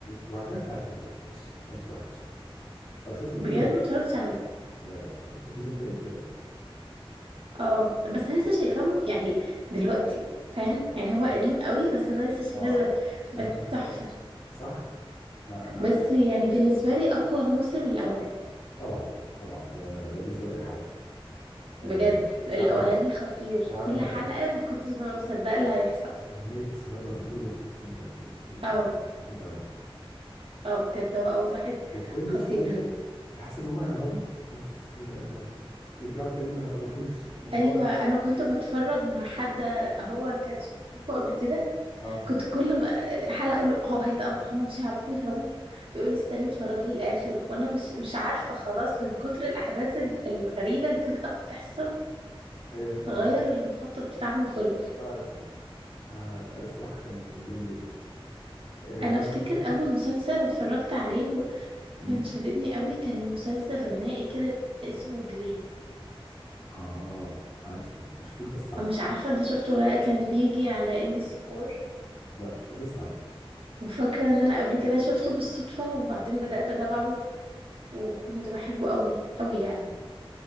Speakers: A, on the left (about 45°); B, on the right (about 70°).
A: وعجبني على فكره ما كانش ما كانش وحش طب شفتي
B: بجد ما اتفرجتش عليه
A: لا لا طب شفت بريزون بريك ولا لا؟
B: اه بس انا لسه شايفاه م- يعني دلوقتي فاهم
A: اه
B: يعني هو قديم
A: لا
B: قوي بس انا لسه شايفاه
A: اه
B: دلوقتي بس
A: انا شفت الفرق
B: تحفة
A: ده صح؟ انا انا
B: بس يعني بالنسبة لي اقوى موسم الاولاني
A: طبعا طبعا ده ده بالنسبه لاي حد آه
B: بجد
A: فعلا
B: الاولاني خطير
A: فعلا
B: كل حلقة
A: كم-
B: ما كنتش ببقى مصدقة اللي هيحصل
A: كميه اثاره رهيبه في ال- في ال- في ال-
B: اه
A: في الموسم الاول
B: اه بجد هو اول واحد
A: وكل
B: خطير
A: شويه تحس ان هم يهربوا بس آه يرجعوا تاني ما يهربوش <laughs> في الموضوع
B: ايوه انا كنت بتفرج مع حد هو كان شايفه قبل كده
A: اه
B: كنت كل ما- حلقة اقول له هو هيتقب... هم مش هيعرفوا يهربوا يقول لي استني اتفرج لي الاخر وانا مش مش عارفة خلاص من كتر الاحداث ال- الغريبة اللي فجأة بتحصل
A: ايوه فعلا
B: غير المخطط بتاعهم كله
A: فعلا آه لا الصراحه كان كان جامد جدا آه
B: انا
A: بعد
B: افتكر
A: كده
B: اول مسلسل اتفرجت عليه وكان
A: مم.
B: شددني قوي كان مسلسل غنائي كده اسمه جلي
A: اه عارفه ما شفتوش بس عارفه
B: انا مش عارفة انت شفته ولا لأ، كان بيجي على ام بي سي 4
A: لا ما شفتوش بس عارفه
B: وفاكرة ان انا قبل كده شفته بالصدفة وبعدين بدأت اتابعه وكنت بحبه قوي قوي يعني